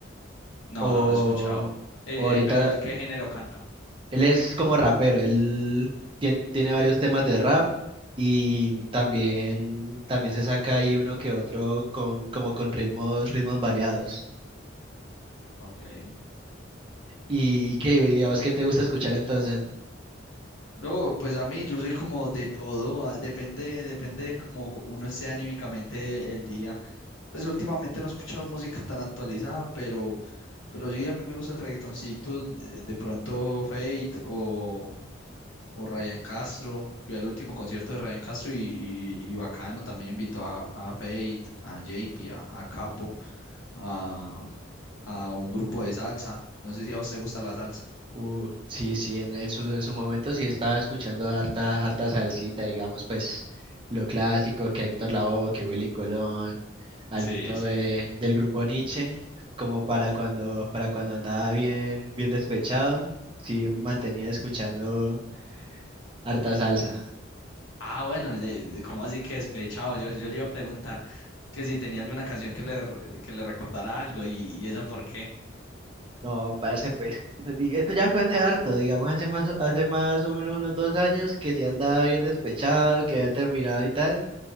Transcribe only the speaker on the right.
o,
o ahorita,
él es como rapero, él tien- tiene varios temas de rap y también, también se saca ahí uno que otro con, como con ritmos, ritmos variados.
¿Y qué? ¿Y a vos qué te gusta escuchar entonces? Ent-
Uh, sí, sí, en, en su, en su momento sí estaba escuchando harta, harta salsita, digamos, pues lo clásico, que Héctor Lavoe, que Willy Colón, alguito
de, del grupo Nietzsche, como para cuando, para cuando andaba bien, bien despechado, sí mantenía escuchando harta salsa.
No, parce, pues, <laughs> di- esto ya fue hace harto, digamos, hace más, hace más o menos unos dos años que sí andaba bien despechado, que había terminado y tal.